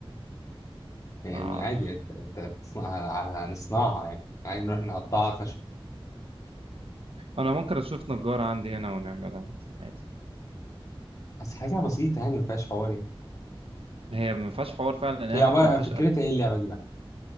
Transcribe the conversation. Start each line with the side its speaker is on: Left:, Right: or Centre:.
Left: يعني
Right: آه.
Left: عادي انت أنت هتصنعها هنصنعها يعني عادي نروح نقطعها خشب
Right: انا ممكن اشوف نجارة عندي هنا ونعملها مثلا عادي
Left: بس حاجه بسيطه يعني ما فيهاش حوار يعني
Right: هي ما فيهاش حوار فعلا إن هي
Left: هي عباره
Right: حتى ما فيهاش
Left: فكرتها
Right: قلب
Left: ايه اللعبه دي بقى